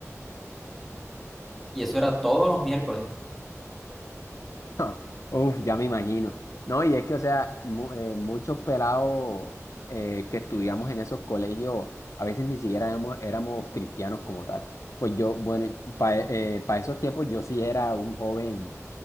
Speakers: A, in the centre; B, on the left (about 70°).
A: Y eso era todos los miércoles.
B: <laughs> No, Uf, ya me imagino. No, y es que, o sea, mu- eh, muchos pelados eh, que estudiamos en esos colegios, a veces ni siquiera éramos, éramos cristianos como tal. Pues yo, bueno, para esos tiempos yo sí era un joven